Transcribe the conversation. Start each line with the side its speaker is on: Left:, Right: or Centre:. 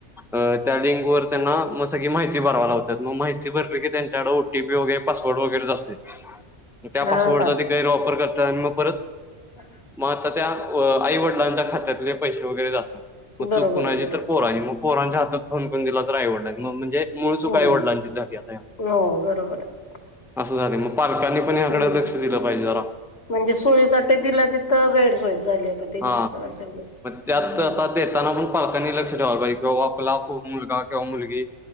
Centre: अ त्या लिंक वर त्यांना म स की माहिती भरवाय ला होतात मग माहिती भरली की त्यांच्याकड ीी वगैरे पासवर्ड वगैरे जात तर त्या
Left: हा
Centre: पासवर्डचा
Left: हा
Centre: ते गैरवापर करत आणि मग परत
Left: <unintelligible>
Centre: मग आता त्या अ आई वडिलांच्या खात्यातले पैसे वगैरे जातात मग
Left: बरोबर
Centre: चूक कुणाची
Left: आहे बरोबर
Centre: तर पोरांची
Left: आहे.
Centre: मग पोरांच्या हातात फोन पण दिला तर आईवडिलांनी म्हणजे मूळ चुक
Left: हो
Centre: आईवडिलांची झाली आता या.
Left: हो बरोबर आहे
Centre: असं झाले मग पालकांनी पण ह्याकडे
Left: हम्म
Centre: लक्ष दिलं पाहिजे जरा
Left: म्हणजे सोयीसाठी दिला तिथं गैरसोयच झाली आता त्यांची
Centre: हा
Left: तर असं आहे मग
Centre: त्यात आता देताना पण पालकांनी लक्ष ठेवायला पाहिजे कि बाबा आपला मुलगा किंवा मुलगी